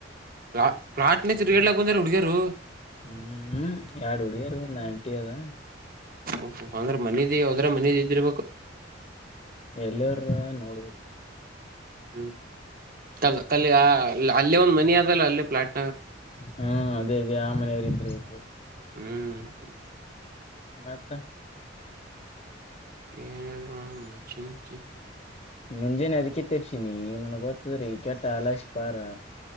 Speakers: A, on the right; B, on the left.
A: ಪ್ಲಾ ಪ್ಲಾಟ್ನ್ಯಾಗ್ ತಿರ್ಗಾಯಾಡ್ಲಾಕ ಬಂದರ ಉಡಗ್ಯಾರು.
B: ಹ್ಮ್ ಹ್ಮ್ ಎಡ ಹುಡಗ್ಯಾರ್ ಒಂದ್ ಆಂಟಿ ಅದ.
A: ಓಹ್ ಅಂದ್ರೆ ಮನದಿ ಯಾವದ್ರ ಮನದಿ ಇದಿರ್ಬೇಕ.
B: ಎಲ್ಲಿವರ್ರರ ನೋಡ್ಬೇಕು.
A: ಹ್ಮ್ ಅಲ್ಲಿ ಅಲ್ಲೇ ಒಂದ್ ಮನಿ ಆದಲ್ಲ ಅಲ್ಲೇ ಪ್ಲಾಟ್
B: ಹಾ ಅದೇ ಅದೆೇ ಆ ಮನೆಯವರು ಇದ್ದಿರ್ಬೇಕು ಇವ್ರ್.
A: ಹ್ಮ್.
B: ಮತ್ತ.
A: ಏನಿಲ್ಲ ನೋಡ್ ನಿ ಚಿಂತಿ.
B: ಮುಂಜಾನೆ ಅದಕ್ಕೆ ತೆಪ್ಸಿನಿ ನನ್ಗ್ ಗೊತ್ತದ್ರಿ ಕೆಟ್ಟ ಅಲಶ ಪಾರ.